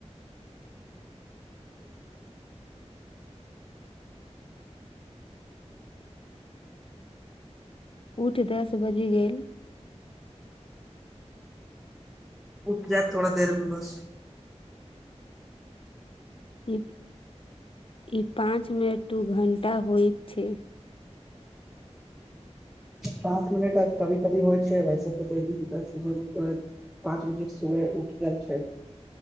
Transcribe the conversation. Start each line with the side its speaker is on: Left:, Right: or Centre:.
Left: <unintelligible> उठ दस बाजि गेल
Centre: उठ जायब थोड़ा देरमें बस
Left: ई ई पाँच मिनट दू घंटा होइत छै
Centre: पाँच मिनट आ कभी-कभी होइ छै वैसे तऽ डेलीके दस बजे पाँच बजे सुबेर उठ गेल छै